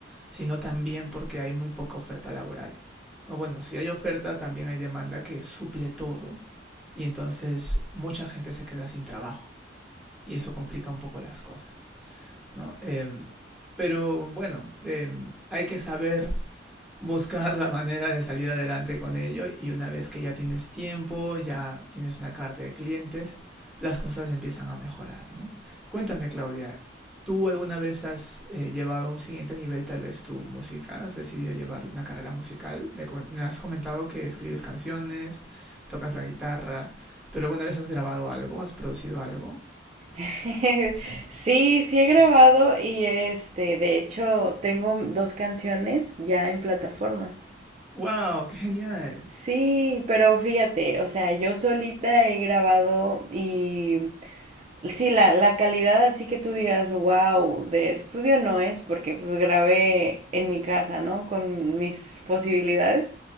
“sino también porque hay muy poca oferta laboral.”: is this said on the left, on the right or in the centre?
Centre